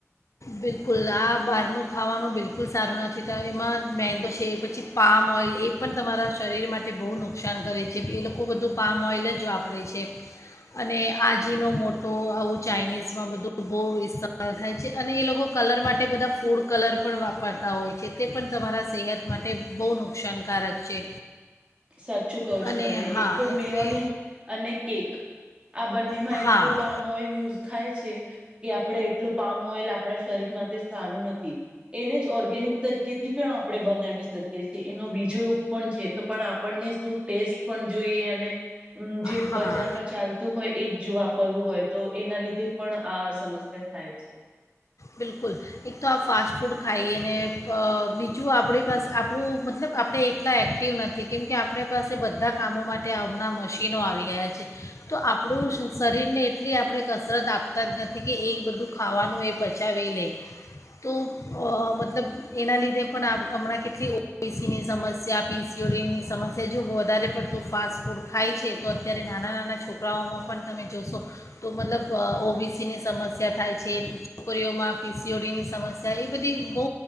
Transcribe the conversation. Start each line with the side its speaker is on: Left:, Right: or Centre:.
Left: બિલકુલ આ બહારનું ખાવાનું બિલકુલ સારું નથી એમાં મેંદો છે પછી પામ ઓઇલ એ પણ તમારા શરીર માટે બહુ નુકસાન કરે છે એ લોકો બધું પામ ઓઇલ જ વાપરે છે અને આજીનો મોટો આવું ચાઇનીઝમાં બધું બહુ ઇસ્તેવાલ થાય છે. અને એ લોકો કલર માટે બધા ફૂડ કલર પણ વાપરતા હોય છે તે પણ તમારા સેહત માટે બહુ નુકસાનકારક છે.
Right: સાચું કહો છો
Left: અને
Right: તમે
Left: હા
Right: એક તો
Left: એટલે
Right: મેયોની અને કેક આ બંનેમાં
Left: હા
Right: એટલું પામ ઓઈલ યુઝ થાય છે કે આપડણે એટલું પામ ઓઇલ આપણા શરીર માંટે સારું નથી એને જ ઓર્ગેનિક તરીકે થી પણ આપ આપણે બનાવી શકીએ છીએ એનો બીજો રૂપ પણ છે તો પણ આપણને શું ટેસ્ટ પણ જોઈએ અને. મ જે
Left: હા
Right: બજારમાં ચાલતું હોય એજ જો વાપરવું હોય તો એના લીધે પણ આ સમસ્યા થાય છે
Left: બિલકુલ એક તો આ ફાસ્ટ ફૂડ ખાઈએ ને બીજું આપણી પાસે આપણું મતલબ આપણે એટલા એક્ટિવ નથી કેમકે આપણી પાસે બધા કામો માટે હમણાં મશીનો આવી ગયા છે તો આપ આપણું શરીરને એટલી આપણે કસરત આપતા જ નથી કે એ બધું ખાવાનું એ પછ ચાવી લે તો મતલબ એના લીધે પણ હમણાં કેટલી ઓબીસીની સમસ્યા પીસીઓડીની સમસ્યા જો વધારે પડતું ફાસ્ટ ફૂડ ખાય છે તો અત્યારે નાના નાના છોકરાઓમાં પણ તમે જોશો તો મતલબ ઓબીસીની સમસ્યા થાય છે. છોકરીઓમાં પીસીઓડીની સમસ્યા એ બધી બહુ